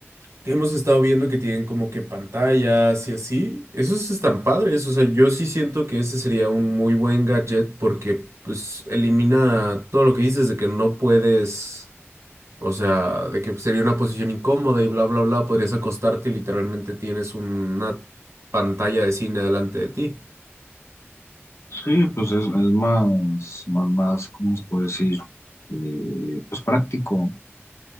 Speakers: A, on the right; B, on the left.
A: que hemos estado viendo que tienen como que pantallas y así, esos están padres. O sea, yo sí siento que ese sería un muy buen gadget porque, pues, elimina todo lo que dices de que no puedes. O sea, de que sería una posición incómoda y bla, bla, bla, podrías acostarte y literalmente tienes una pantalla de cine delante de ti.
B: Sí, pues es, es más, más, más, ¿cómo se puede decir? Eh, pues práctico.